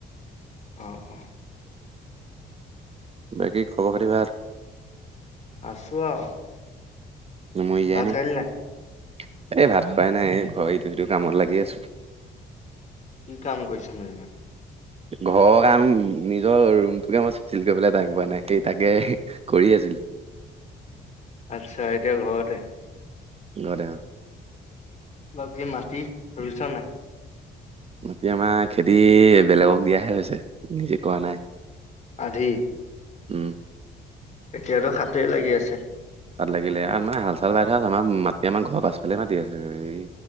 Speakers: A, on the left; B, on the right.
A: অহ অহ।
B: বাকী খবৰ খাতি ভাল?
A: আছোঁ আৰু।
B: <unintelligible>
A: ভাত খালি নাই
B: এই ভাত খোৱাই নাই, এই ঘৰ ইটো সিটো কামত লাগি আছো।
A: কি কাম কৰিছানো ইমান?
B: ঘৰৰ কাম, নিজৰ ৰুমটোকে মই চিজিল কৰিবলই টাইম পোৱা নাই, সেই তাকে কৰি কি আছিল?
A: আচ্ছা এতিয়া ঘৰতে?
B: ঘৰতে অঁ।
A: বাকী মাটি লৈছা নাই?
B: এতিয়া আমাৰ খেতি বেলেগক দিয়াহে হৈছে, নিজে কৰা নাই।
A: আধি
B: উম
A: এতিয়াতো সাটেই লাগি আছে।
B: হাট লাগিলে আৰু মানে হাল চাল বাই থোৱা আছে, আমাৰ মাটি আমাৰ ঘৰৰ পাছফালে মাতি আছে, এই